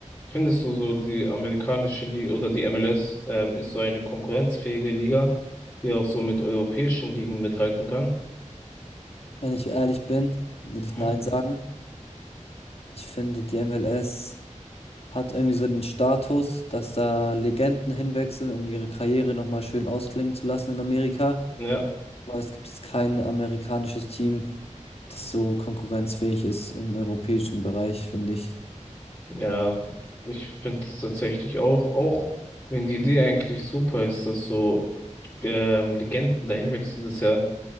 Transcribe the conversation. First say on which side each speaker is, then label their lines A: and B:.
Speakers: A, on the left; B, on the left.
A: findest du so, die amerikanische Liga oder die MLS ähm, ist so eine konkurrenzfähige Liga, die auch so mit europäischen Ligen mithalten kann?
B: Wenn ich ehrlich bin, würde
A: Mhm.
B: ich nein sagen. Ich finde, die MLS hat irgendwie so den Status, dass da Legenden hinwechseln, um ihre Karriere nochmal schön ausklingen zu lassen in Amerika.
A: Ja,
B: Aber es gibt kein amerikanisches Team, das so konkurrenzfähig ist im europäischen Bereich, finde ich.
A: ja, ich finde es tatsächlich auch, auch wenn die Idee eigentlich super ist, dass so ähm, Legenden dahin wechseln, das ist ja,